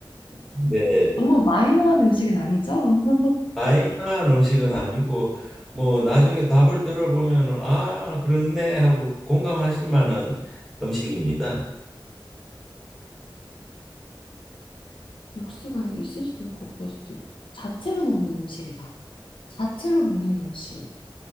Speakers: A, in the centre; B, on the left (about 75°).
A: 네,
B: 너무 마이너한 음식은 아니죠? <laughs>
A: 마이너한 음식은 아니고 뭐 나중에 답을 들어보면 아, 그렇네 하고 공감하실 만한 음식입니다.
B: 육수가 있을 수도 있고 없을 수도 있고 자체로 먹는 음식이다. 자체로 먹는 음식